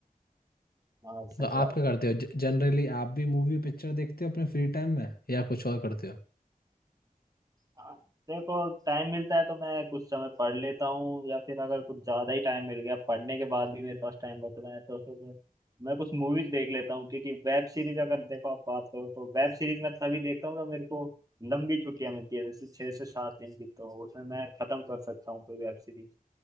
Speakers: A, on the right; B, on the left.
A: हाँ सही
B: तो आप
A: बात
B: क्या करते हो जनरली आप भी मूवी पिक्चर देखते हो अपने फ्री टाइम में या कुछ और करते हो
A: हाँ, देखो टाइम मिलता है तो मैं कुछ समय पढ़ लेता हूँ या फिर अगर कुछ ज्यादा ही टाइम मिल गया पढ़ने के बाद भी मेरे पास टाइम बच रहा है तो फिर मैं कुछ मूवीज देख लेता हूँ क्योंकि वेब सीरीज अगर देखो आप बात करो तो वेब सीरीज मैं तभी देखता हूँ जब मेरे को लंबी छुट्टियां मिलती है जैसे छह से सात दिन की तो उसमें मैं खत्म कर सकता हूँ कोई वेब सीरीज